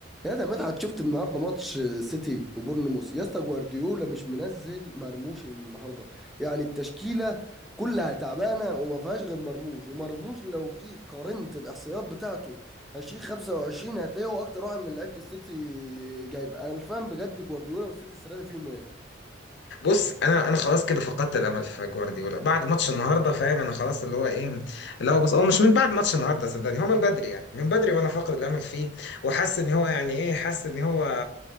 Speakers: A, in the centre; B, on the left (about 60°).
A: يا ده مدحت شفت النهارده ماتش سيتي وبورنموث يا اسطى جوارديولا مش منزل مرموش النهارده يعني التشكيله كلها تعبانه وما فيهاش غير مرموش ومرموش لو جيت قارنت الاحصائيات بتاعته 20 25 هتلاقيه هو اكتر واحد من لعيبه السيتي جايبه انا مش فاهم بجد جوارديولا والسيتي السنه دي فيهم ايه
B: بص انا انا خلاص كده فقدت الامل في جوارديولا بعد ماتش النهارده فاهم انا خلاص اللي هو ايه اللي هو بص هو مش من بعد ماتش النهارده صدقني هو من بدري يعني من بدري وانا فاقد الامل فيه وحاسس ان هو يعني ايه حاسس ان هو